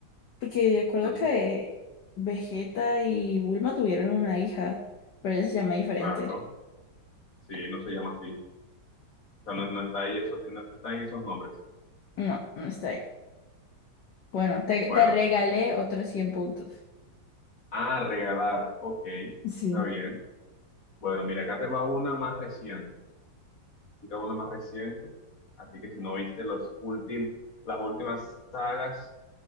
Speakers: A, on the left; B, on the left.
A: Porque de acuerdo
B: no
A: que
B: sé,
A: Vegeta y Bulma tuvieron una hija, pero ella se llama diferente.
B: claro, sí, no se llama así. O sea, no, no está ahí eso, no está en esos nombres.
A: No, no está ahí. Bueno, te,
B: Bueno,
A: te regalé otros 100 puntos.
B: ah, regalar, ok,
A: Sí.
B: está bien. Bueno, mira, acá te va una más reciente. explica uno más reciente. Así que si no viste los últimos, las últimas sagas,